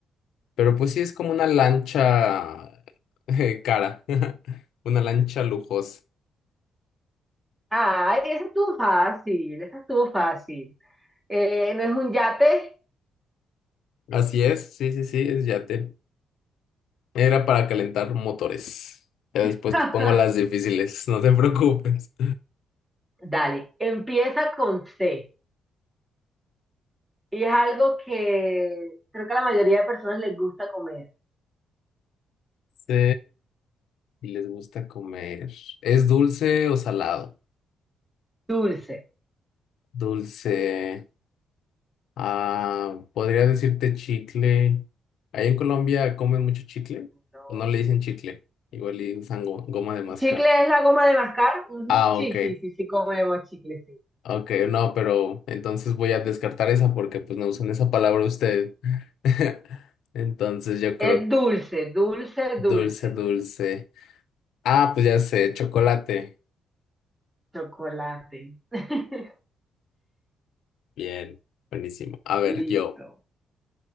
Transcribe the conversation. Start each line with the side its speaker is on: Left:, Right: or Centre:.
Left: Pero pues sí es como una lancha eh, cara, <laughs> una lancha lujosa.
Right: Ah, esa estuvo fácil, esa estuvo fácil. Eh, ¿no es un yate?
Left: Así es, sí, sí, sí, es yate. Era para calentar
Right: Mm.
Left: motores. Ya después
Right: <laughs>
Left: te pongo las difíciles, <laughs> no te preocupes.
Right: Dale, empieza con C. Y es algo que creo que a la mayoría de personas les gusta comer.
Left: sí y les gusta comer. ¿Es dulce o salado?
Right: Dulce.
Left: Dulce. Ah, podría decirte chicle. Ahí en Colombia comen mucho chicle,
Right: No.
Left: o no le dicen chicle, igual y usan go- goma de mascar.
Right: ¿Chicle es la goma de mascar? Ujú,
Left: Ah,
Right: Sí,
Left: ok.
Right: sí, sí, sí comemos chicle, sí.
Left: Ok, no, pero entonces voy a descartar esa porque pues no usan esa palabra usted. <laughs> Entonces yo creo
Right: Es dulce, dulce,
Left: dulce,
Right: dulce.
Left: dulce. Ah, pues ya sé, chocolate.
Right: Chocolate. <laughs>
Left: Bien, buenísimo. A ver,
Right: Listo.
Left: yo.